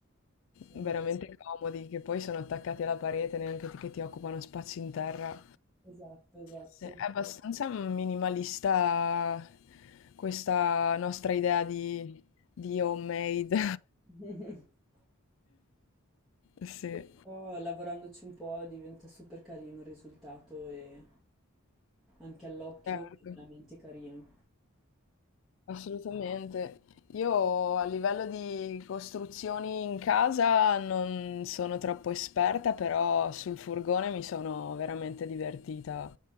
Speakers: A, in the centre; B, on the left.
A: Sono-
B: Veramente comodi, che poi sono attaccati alla parete, neanche ti- che ti occupano spazio in terra.
A: Esatto, esatto.
B: Sì, È abbastanza minimalista questa nostra idea di, di homemade.
A: <laughs>
B: <laughs> Sì,
A: Però lavorandoci un po' diventa super carino il risultato e anche all'occhio
B: certo,
A: è veramente carino.
B: assolutamente. Io a livello di costruzioni in casa non sono troppo esperta, però sul furgone mi sono veramente divertita.